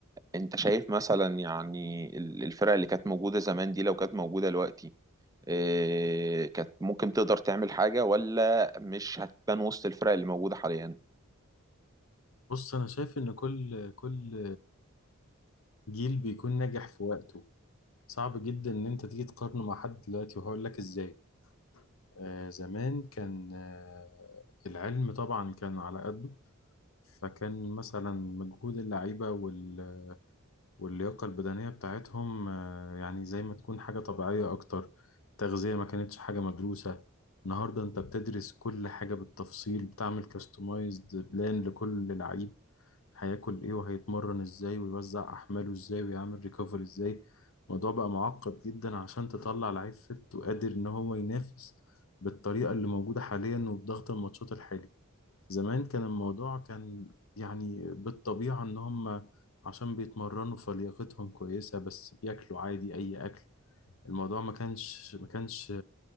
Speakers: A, on the right; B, on the left.
A: انت شايف مثلا يعني ال- الفرق اللي كانت موجودة زمان دي لو كانت موجودة دلوقتي إيه كانت ممكن تقدر تعمل حاجة ولا مش هتبان وسط الفرق اللي موجودة حاليا
B: بص أنا شايف إن كل كل جيل بيكون ناجح في وقته صعب جدا إن أنت تيجي تقارنه مع حد دلوقتي وهقول لك إزاي آه زمان كان آه العلم طبعا كان على قده فكان مثلا مجهود اللعيبة وال واللياقة البدنية بتاعتهم آه، يعني زي ما تكون حاجة طبيعية أكتر تغذية ما كانتش حاجة مدروسة النهاردة أنت بتدرس كل حاجة بالتفصيل بتعمل كاستمايزد بلان لكل لعيب هياكل إيه وهيتمرن إزاي ويوزع أحماله إزاي ويعمل ريكفري إزاي الموضوع بقى معقد جدا عشان تطلع لعيب فت وقادر إن هو ينافس بالطريقة اللي موجودة حاليا وبضغط الماتشات الحالي زمان كان الموضوع كان يعني بالطبيعة إن هم عشان بيتمرنوا فلياقتهم كويسة بس بياكلوا عادي أي أكل الموضوع ما كانش ما كانش